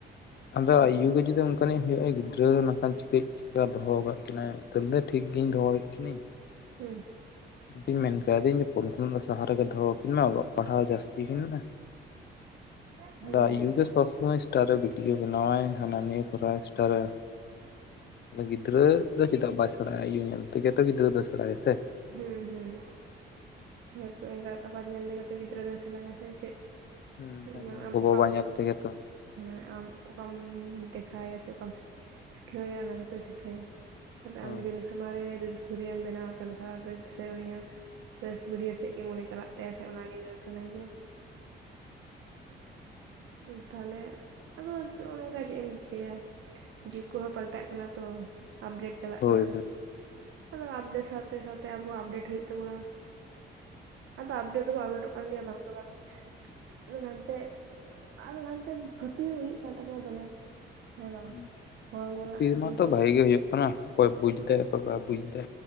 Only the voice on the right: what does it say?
ᱦᱮᱸ
ᱦᱮᱸ
ᱦᱮᱸ
ᱦᱮᱸ ᱦᱮᱸ ᱦᱮᱸᱛᱚ ᱮᱸᱜᱟᱛ ᱟᱯᱟᱛ ᱧᱮᱞ ᱛᱮᱜᱮ ᱛᱚ ᱜᱤᱫᱽᱨᱟᱹ ᱫᱚᱭ ᱥᱮᱟᱱᱟᱭᱟ ᱥᱮ ᱪᱮᱫ᱾
ᱵᱟᱝ ᱟᱢ
ᱚᱠᱟᱢ
ᱦᱮᱸ ᱟᱢ ᱚᱠᱟᱢ ᱫᱮᱠᱷᱟᱣᱟᱭᱟ ᱥᱮ ᱚᱠᱟᱢ ᱥᱤᱠᱷᱟᱹᱟᱭᱟ ᱚᱱᱟ ᱠᱚᱛᱚ ᱥᱤᱠᱷᱟᱹᱭᱟ᱾ ᱛᱟᱦᱚᱞᱮ
ᱟᱢ ᱡᱩᱫᱤ ᱩᱱᱤ ᱥᱟᱢᱚᱝ ᱨᱮ ᱨᱤᱞᱥ ᱵᱷᱤᱰᱭᱳᱢ ᱵᱮᱱᱟᱣ? ᱛᱟᱞᱦᱮ <unintelligible> ᱥᱮ ᱩᱱᱤ ᱦᱚᱸ ᱨᱤᱞᱥ ᱵᱷᱤᱰᱤᱭᱟ ᱥᱮᱫ ᱜᱮ ᱢᱚᱱᱮ ᱪᱟᱞᱟᱜ ᱛᱟᱭᱟ ᱥᱮ, ᱚᱱᱟ ᱜᱮ ᱧᱮᱞᱼᱼ ᱥᱟᱱᱟᱭ ᱮᱭᱟ,
ᱩᱸ ᱛᱟᱦᱟᱞᱮᱼᱼ ᱟᱫᱚ ᱱᱚᱜᱚ ᱱᱚᱝᱠᱟ ᱪᱮᱫ ᱮᱢ ᱪᱤᱠᱟᱹᱭᱟ? ᱡᱩᱜᱽ ᱠᱚᱦᱚᱸ ᱯᱟᱞᱴᱟᱜ ᱠᱟᱱᱟ ᱛᱚ? ᱟᱯᱰᱮᱴ ᱪᱟᱞᱟᱜ
ᱠᱟᱱᱟ᱾
ᱟᱫᱚ ᱟᱯᱰᱮ ᱥᱟᱸᱣᱼᱼ ᱟᱵᱚ ᱛᱮ ᱟᱵᱚ ᱟᱵᱰᱮᱴ ᱦᱩᱭᱩᱜ ᱛᱟᱵᱚᱱᱟ᱾ ᱟᱫᱚ ᱟᱵᱰᱮᱴ ᱫᱚᱵᱚᱱ ᱟᱵᱰᱮᱴᱚᱜ ᱠᱟᱱ ᱜᱮᱭᱟ ᱵᱟᱝ ᱫᱚ ᱵᱟᱝ᱾ ᱟᱫᱚ ᱱᱟᱱᱛᱮ ᱟᱫᱚ ᱱᱷᱟᱱᱛᱮ ᱯᱷᱤᱛᱤ-ᱭᱟᱹᱣ ᱦᱩᱭᱩᱜ ᱠᱟᱱ ᱛᱟᱵᱚᱱᱟ ᱫᱚᱢᱮ। ᱦᱮᱸ ᱵᱟᱝ
ᱦᱚᱲᱢᱚ
ᱨᱮᱱᱟᱜ
ᱡᱟ